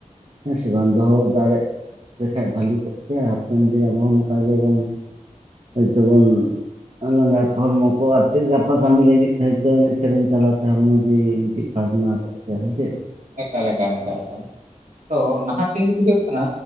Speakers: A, on the right (about 45°); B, on the right (about 65°).
A: ᱦᱮᱸ ᱥᱮ ᱵᱟᱝ ᱫᱚᱦᱚ ᱫᱟᱲᱮᱜ ᱞᱮᱠᱷᱟᱡ ᱵᱷᱟᱞᱤ ᱠᱚᱜ ᱜᱮᱭᱟ ᱦᱟᱯᱮᱱ ᱫᱤᱱ ᱟᱵᱚ ᱦᱚᱸ ᱱᱚᱝᱠᱟ ᱜᱮᱵᱚᱱ ᱦᱳᱭᱛᱚᱵᱚᱱ ᱞᱟᱸᱜᱟ ᱦᱚᱲᱢᱚ ᱠᱚ ᱟᱨ ᱪᱮᱫ ᱜᱟᱯᱟ ᱠᱟᱹᱢᱤ ᱞᱟᱹᱜᱤᱫ ᱦᱚᱭᱛᱳ ᱮᱱᱮᱡ ᱥᱮᱨᱮᱧ ᱛᱟᱞᱟᱛᱮ ᱦᱚᱲᱢᱚ ᱡᱮ ᱢᱤᱫᱴᱤ ᱯᱷᱟᱨᱱᱟ ᱠᱚᱜ ᱠᱮᱭᱟ ᱦᱮᱸ ᱪᱮᱫ
B: ᱮᱠᱟᱞ ᱮᱠᱟᱞ ᱮᱠᱟᱞ ᱮᱠᱟᱞ ᱛᱚ ᱱᱟᱦᱟᱜ ᱫᱤᱱ ᱜᱮ ᱦᱩᱭᱩᱜ ᱠᱟᱱᱟ